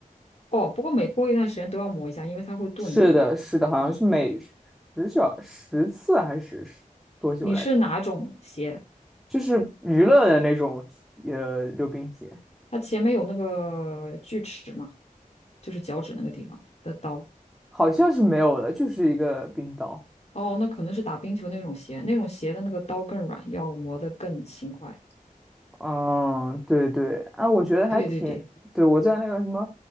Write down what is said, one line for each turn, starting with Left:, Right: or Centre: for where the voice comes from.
Left: 哦，不过每过一段时间都要磨一下，因为它会钝的。
Centre: 是的，是的，好像是每十小十次还是十多久来着？
Left: 你是哪种鞋？
Centre: 就是娱乐的那种呃溜冰鞋。
Left: 它前面有那个锯齿嘛，就是脚趾那个地方的刀。
Centre: 好像是没有的，就是一个冰岛。
Left: 哦，那可能是打冰球那种鞋，那种鞋的那个刀更软，要磨得更勤快。
Centre: 嗯，对对，哎、我觉得还挺，
Left: 对对对，
Centre: 对，我在那个什么